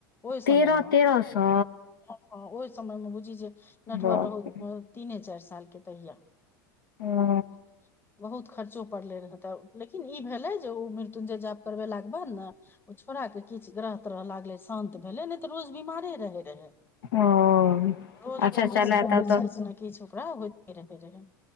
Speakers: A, on the left; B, on the left.
A: ओहि
B: तेरह
A: समय मे
B: तेरह सौ
A: ह ओहि समय मे बुझी जे नटवर
B: बाप
A: रह
B: रे
A: तीने चारि सालके तहिया
B: ओ
A: ह बहुत खर्चो पड़लै रह तै लेकिन ई भेलै जे उ मृत्युञ्जय जाप करबेलाके बाद ने ओ छोड़ाके किछु ग्रह त्रह लागलै शान्त भेलै नहि त रोज बिमारे रहै रहै
B: ओ
A: रोज
B: अच्छा
A: ओकरा
B: चलए
A: किछ
B: तब तऽ
A: ने किछु ओकरा होइते रहे रहै